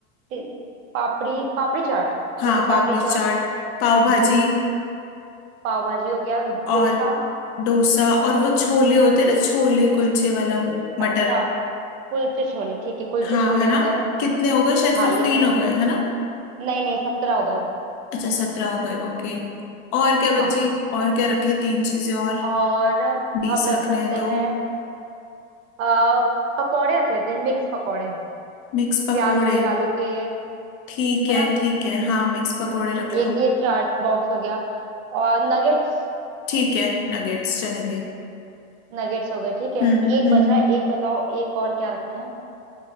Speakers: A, on the right; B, on the left.
A: ति- पापड़ी पापड़ी चाट
B: हाँ
A: ठीक है
B: पापड़ी
A: पापड़ी
B: चाट
A: चाट
B: पाव भाजी
A: पाव भाजी हो गया
B: और
A: डोसा
B: डोसा और वो छोले होते हैं ना छोले कुलचे वाला वो मटर
A: अच्छा कुलचे छोले ठीक है कुलचे
B: हाँ
A: छोले
B: है
A: हो
B: ना
A: गए
B: कितने हो गए शायद
A: हाँ
B: फिफ्टीन
A: ये से
B: हो गए है ना
A: नहीं नहीं सत्रह हो गए
B: अच्छा सत्रह हो गए ओके और क्या बची
A: हाँ
B: और क्या रखे तीन चीजें और
A: और
B: बीस
A: हम रख
B: रखने
A: सकते
B: हैं तो
A: हैं आ, पकौड़े रख लेते हैं मिक्स पकौड़े
B: मिक्स पकोड़े
A: प्याज के आलू के है
B: ठीक है
A: ना
B: ठीक है हाँ मिक्स पकोड़े रख लो
A: एक ये चाट बॉक्स हो गया और नगेट्स
B: ठीक है नगेट्स चलेंगे
A: नगेट्स हो गए ठीक है
B: हम्म
A: एक
B: हम्म
A: बचा
B: हम्म
A: है, एक बताओ एक और क्या रखें